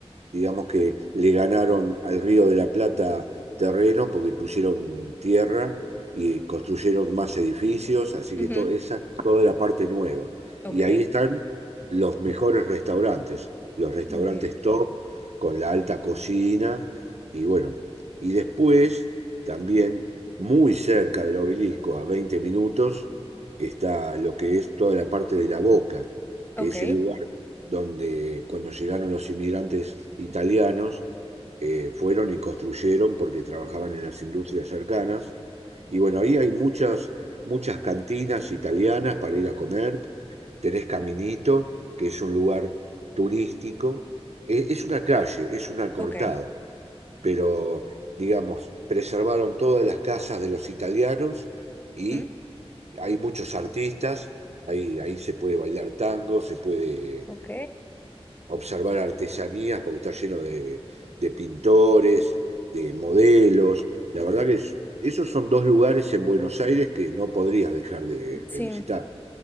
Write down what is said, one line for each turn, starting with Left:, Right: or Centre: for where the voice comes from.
Right: digamos que le ganaron al Río de la Plata terreno porque pusieron tierra y construyeron más edificios, así
Left: Ujú,
Right: que todo, esa es toda la parte nueva.
Left: Ok,
Right: Y ahí están los mejores restaurantes, los restaurantes
Left: muy bien.
Right: top con la alta cocina y bueno, y después también muy cerca del obelisco, a 20 minutos, está lo que es toda la parte de la Boca,
Left: Ok,
Right: que es el lugar donde cuando llegaron los inmigrantes italianos, eh, fueron y construyeron porque trabajaban en las industrias cercanas. Y bueno, ahí hay muchas, muchas cantinas italianas para ir a comer. Tenés Caminito, que es un lugar turístico. E- es una calle, es una cortada,
Left: ok.
Right: pero digamos, preservaron todas las casas de los italianos y
Left: ujú,
Right: hay muchos artistas. Ahí, ahí se puede bailar tango, se puede
Left: Ok,
Right: observar artesanías porque está lleno de, de pintores, de modelos. La verdad que es- esos son dos lugares en Buenos Aires que no podrías dejar de, de
Left: sí,
Right: visitar.